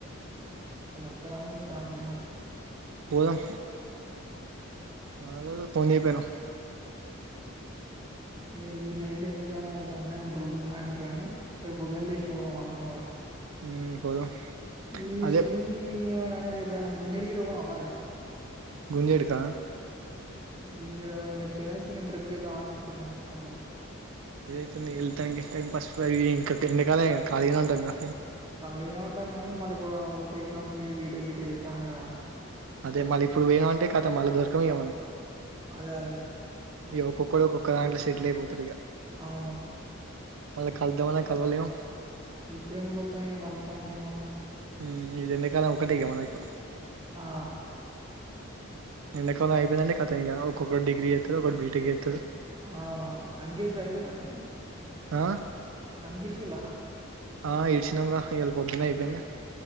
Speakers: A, on the right; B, on the right.
A: అత్తారా అని సుత్తన్న నేను గూడ
B: పోదాం మన్నోళ్లకు ఫోన్ చేయాకపోయినావ్
A: ఇగ ఈ నైట్ల ఎందుకు కానీ అగు అందయి ఉంట్రారు గుమ్మయి ఉంటారు అని రేపు పొద్దుగాల లేసి పోదాము వాళ్ళతోని కూడా
B: హ్మ్మ్ పోదాం
A: ఈ
B: అదే
A: స్విమ్మింగ్ జిమ్మింగ్ ఎనీ ర గ గుంజడగి రావ అరి
B: గుంజేడుకా
A: గుంజడ లేపోతే కానీ చిన్న ట్రిప్వేద్దాని చిన్న అట్లా
B: ఏదైతుంది వెళ్తా ఇం టైం పాస్ ఇంకా ఎండకాలే ఖాలీగానే ఉంటాంక
A: ఖాళీగానే ఉంటాం కానీ మళ్ళీ ఇప్పుడు పోర్త్ ఎగ్జామ్స్ బీటెక్ గిట్ చేస్తాన్నాం కదా
B: అదే మళ్ళ ఇప్పుడు పోయనం అంటే కతం మళ్ళ దొరకం ఇగా మనం
A: అదే అదే
B: ఇ ఒక్కొక్కడు ఒక్కొక్క దాంట్లో సెటిల్ అయిపోతుడు ఇక
A: అవును
B: మల్లా కలుద్దామన్నా కలువలేము
A: ఇప్పుడేందికుత్తాం ఇ కళ్తానికి మనం
B: హ్మ్మ్ ఇదే ఎండకాలం ఒకటే ఇగ మనకు
A: ఆ
B: ఎండకాలం అయిపోయిందంటె కతం ఇగా ఒక్కొక్కడు డిగ్రీ చేత్తాడు ఒకడు బి టెక్ చే
A: అవునవును కంకీరుశుడు అయిపోయిందా రా మీది
B: ఆ
A: కాంకీరిసిండ్ల రా
B: ఆ ఇరిశినం రా ఇయ్యాల పొద్దున్న అయిపోయింది